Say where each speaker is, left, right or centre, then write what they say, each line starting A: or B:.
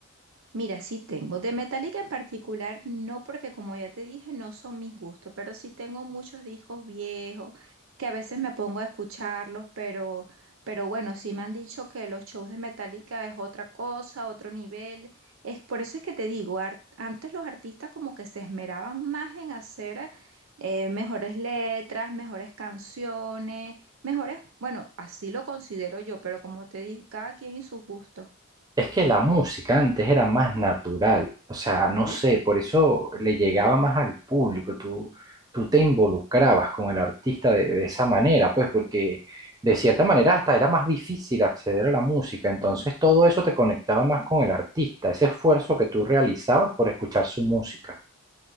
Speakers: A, on the right; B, on the right.
A: Mira, sí tengo. De Metallica en particular, no porque como ya te dije, no son mis gustos, pero sí tengo muchos discos viejos que a veces me pongo a escucharlos, pero, pero bueno, sí me han dicho que los shows de Metallica es otra cosa, otro nivel. Es por eso es que te digo, ar- antes los artistas como que se esmeraban más en hacer eh, mejores letras, mejores canciones, mejores, bueno, así lo considero yo, pero como te dije, cada quien y sus gustos.
B: Es que la música antes era más natural, o sea, no sé, por eso le llegaba más al público, tú, tú te involucrabas con el artista de, de esa manera, pues porque de cierta manera hasta era más difícil acceder a la música, entonces todo eso te conectaba más con el artista, ese esfuerzo que tú realizabas por escuchar su música.